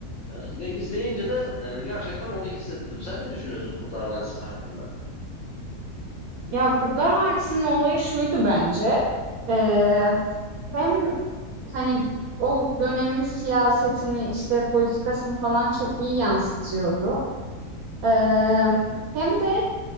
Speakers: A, on the left (about 65°); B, on the right (about 70°).
A: E, ve izleyince de e, gerçekten onu hissettim. Sen ne düşünüyorsun Kurtlar Vadisi hakkında?
B: Ya Kurtlar Vadisi'nin olayı şuydu bence. Ee, hem hani o dönemin siyasetini işte politikasını falan çok iyi yansıtıyordu. Eee,
A: Hı hı.
B: hem de